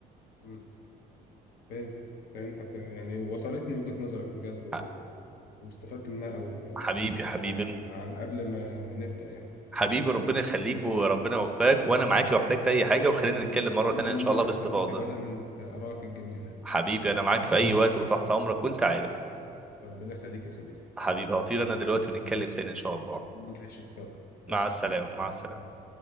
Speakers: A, on the left (about 70°); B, in the centre.
A: مم. فهمت فهمتك يعني وصلتني وجهة نظرك بجد و...
B: ح-
A: واستفدت منها قوي يعني
B: حبيبي حبيبي
A: عن, عن قبل ما, ما نبدأ يعني
B: حبيبي ربنا يخليك وربنا يوفقك وانا معاك لو احتجت اي حاجه وخلينا نتكلم مره تانية
A: أمشي
B: ان
A: منك
B: شاء الله باستفاضه
A: يا صديقي ولا من آرائك الجميلة
B: حبيبي انا معاك في اي وقت وتحت امرك وانت عارف
A: ربنا يخليك يا صديقي
B: حبيبي هطير انا دلوقتي ونتكلم تاني ان شاء الله
A: ماشي اتفضل
B: مع
A: اتفضل
B: السلامة
A: مع السلامة
B: مع السلامة